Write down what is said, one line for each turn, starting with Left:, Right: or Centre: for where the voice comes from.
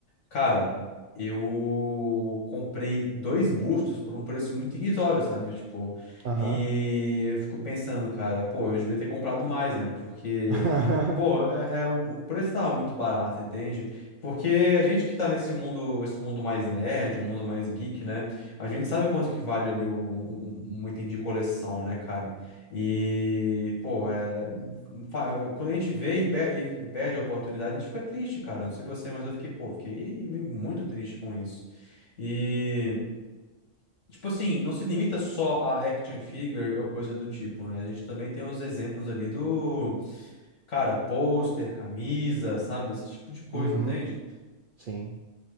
Left: Cara, eu comprei dois bustos por um preço muito irrisório, sabe? Tipo,
Right: Aham.
Left: e eu fico pensando, cara, pô, eu devia ter comprado mais, né? Porque,
Right: <laughs>
Left: pô, é, é- o o preço tava muito barato, entende? Porque a gente que tá nesse mundo, esse mundo mais nerd, um mundo mais geek, né? A gente sabe quanto que vale ali o- um, um um item de coleção, né, cara? E, pô, é fa- Quando a gente vê e pe- e- e perde a oportunidade, a gente fica triste, cara. Não sei você, mas eu fiquei, pô, fiquei meio muito triste com isso. E, tipo assim, não se limita só a action figure ou coisa do tipo, né? A gente também tem os exemplos ali do, cara, pôster, camisa, sabe? Esse tipo de coisa,
Right: Uhum.
Left: entende?
Right: Sim.